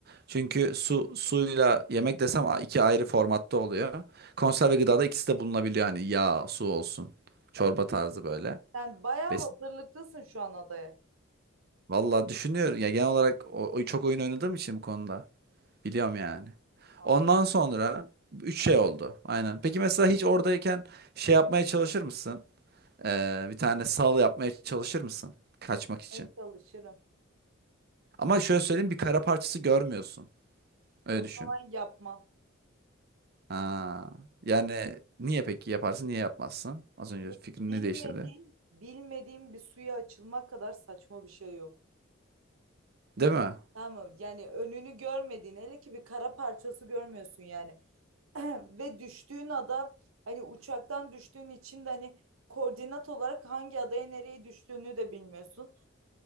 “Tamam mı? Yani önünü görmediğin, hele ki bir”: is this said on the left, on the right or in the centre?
Right